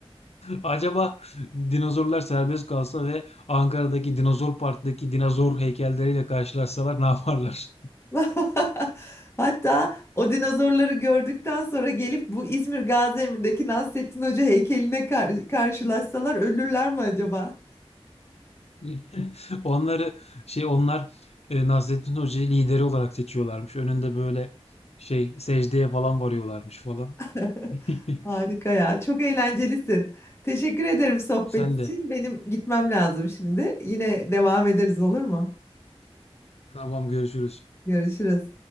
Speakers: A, on the left (about 80°); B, on the left (about 25°).
A: Acaba dinozorlar serbest kalsa ve Ankara'daki Dinozor Park'taki dinozor heykelleriyle karşılaşsalar ne yaparlar?
B: <laughs> Hatta o dinozorları gördükten sonra gelip bu İzmir Gaziemir'deki Nasrettin Hoca heykeline kar- karşılaşsalar ölürler mi acaba?
A: <laughs> Onları şey onlar e, Nasrettin Hoca'yı lideri olarak seçiyorlarmış. Önünde böyle şey secdeye falan varıyorlarmış falan.
B: <laughs>
A: <laughs>
B: Harika ya. Çok eğlencelisin. Teşekkür ederim sohbet
A: Sen
B: için.
A: de.
B: Benim gitmem lazım şimdi. Yine devam ederiz olur mu?
A: Tamam görüşürüz.
B: Görüşürüz.